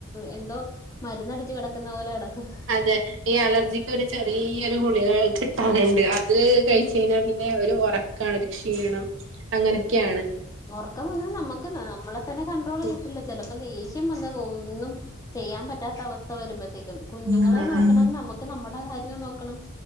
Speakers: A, on the left; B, on the right.
A: എന്തോ മരുന്നടിച്ചു കിടക്കുന്ന പോലെ കെടക്കും
B: അതെ ഈ അലർജിക്ക് ഒരു ചെറിയൊരു ഗുളിക കിട്ടാനുണ്ട് അത് കഴിച്ച കഴിഞ്ഞാ പിന്നെ ഒരു ഒറക് ക്കാണ് ഒരു ക്ഷീണം അങ്ങനെക്കെണ്
A: ഒറക്കം വന്ന നമ്മക്ക് നമ്മളെ തന്നെ കണ്ട്രോൾ
B: ഉം
A: കിട്ടില്ല ചെലപ്പം ദേഷ്യം വന്ന് പോകും ഒന്നും ചെയ്യാൻ പറ്റാത്ത അവസ് വരുമ്പോഴത്തേക്കും കുഞ്ഞുങ്ങളെ
B: ഉം ആഹ്
A: നോക്കണം നമക്ക് നമ്മടെ കാര്യം നോക്കണം